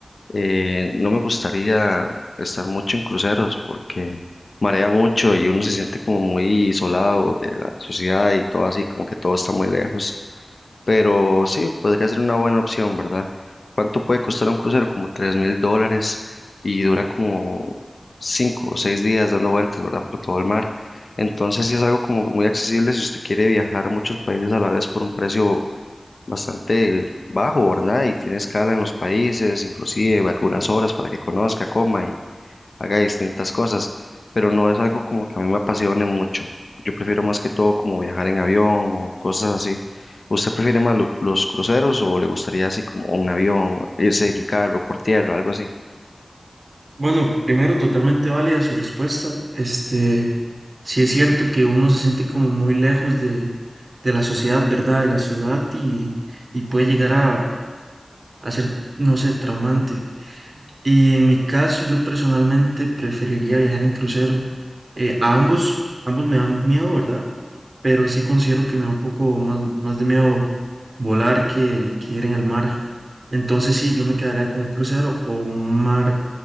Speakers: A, on the left; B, on the right.
A: Eh, no me gustaría estar mucho en cruceros porque marea mucho y uno se siente como muy isolado de la sociedad y todo así, como que todo está muy lejos. Pero sí, podría ser una buena opción, ¿verdad? ¿Cuánto puede costar un crucero? Como tres mil dólares y dura como cinco o seis días dando vueltas, ¿verdad? Por todo el mar. Entonces sí es algo como muy accesible si usted quiere viajar a muchos países a la vez por un precio bastante bajo, ¿verdad? Y tiene escala en los países, inclusive algunas horas para que conozca, coma y haga distintas cosas, pero no es algo como que a mí me apasione mucho. Yo prefiero más que todo como viajar en avión o cosas así. ¿Usted prefiere más lo- los cruceros o le gustaría así como un avión, irse en carro, por tierra, algo así?
B: Bueno, primero, totalmente válida su respuesta. Este. Sí es cierto que uno se siente como muy lejos de, de la sociedad, ¿verdad? De la ciudad y, y puede llegar a, a ser, no sé, traumante. Y en mi caso, yo personalmente preferiría viajar en crucero. Eh, a ambos, ambos me dan miedo, ¿verdad? Pero sí considero que me da un poco más, más de miedo volar que, que ir en el mar. Entonces sí, yo me quedaría con un crucero o un mar,